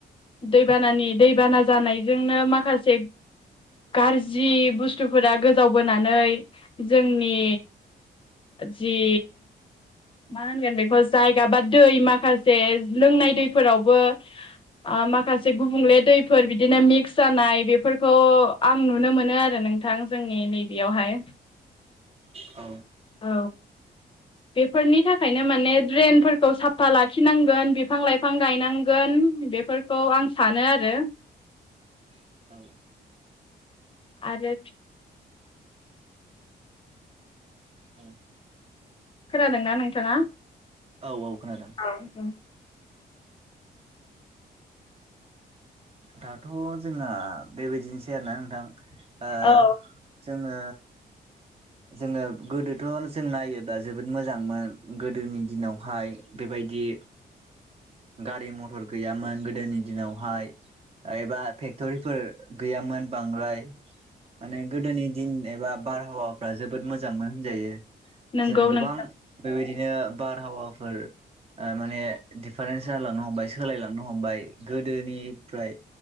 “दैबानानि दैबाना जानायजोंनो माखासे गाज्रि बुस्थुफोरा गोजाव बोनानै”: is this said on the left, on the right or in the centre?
Left